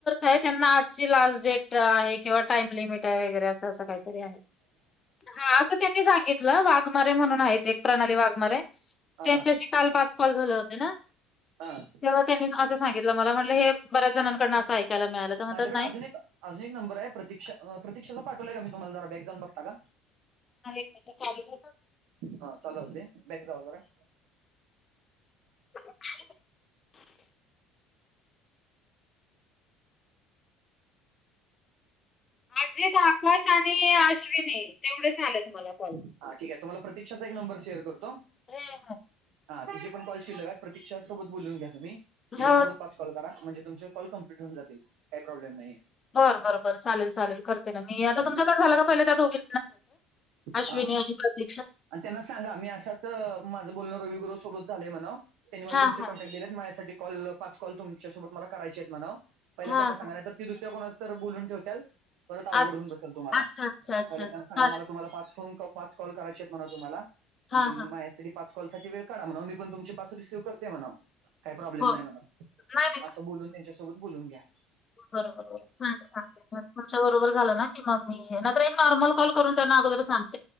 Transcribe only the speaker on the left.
आहे त्यांना आजची लास्ट डेट आहे किंवा टाईम लिमिट आहे वगैरे असं काही तरी आहे. हा असं त्यांनी सांग वाघमारे म्हणून आहेत. एक प्रणाली वाघमारे त्यांच्याशी
काल पाच कॉल झाले होते ना?
तेव्हा त्यांनी असं सांगितलं मला. मला म्हटलं हे बऱ्याच जणांकडनं असं ऐकायला मिळालं. तर म्हणतात
नाही
आहे की <unintelligible>
<inaudible> अजित, आकाश आणि अश्विनी तेवढे झाले त मला कॉल.
हे
हो
बर बरं बर चालेल चालेल करते ना मी आता
तुमच्या कट झााला का, पहिले त्या दोघी अश्विनी
आणि प्रति
हा
हा
हा
हा
आज
अच्छा अच्छा अच्छा अच्छा
चालेल
हा
हा
बर
नाही
बर बर, सांग सांगते च्या बरोबर झाला ना की मग मी, नाही तर एक नॉर्मल कॉल करून त्यांना अगोदर सांग.